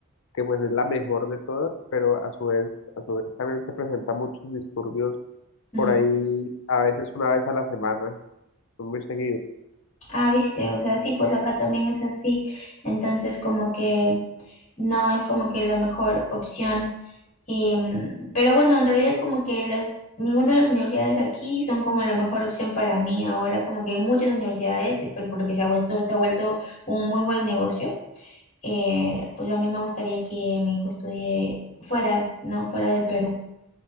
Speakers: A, on the left (about 65°); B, on the left (about 35°).
A: que pues es la mejor de todas, pero a su vez, a su vez también se presentan muchos disturbios
B: Mm.
A: por ahí a veces una vez a la semana, no muy seguido.
B: Ah, viste, o sea, sí, pues acá también es así. Entonces, como que no es como que la mejor opción Em, pero bueno, en realidad como que las, ninguna de las universidades aquí son como la mejor opción para mí ahora, como que hay muchas universidades, eh, pero porque se ha vuelto, se ha vuelto un muy buen negocio, eh, pues a mí me gustaría que mi hijo estudie fuera, ¿no? Fuera del Perú.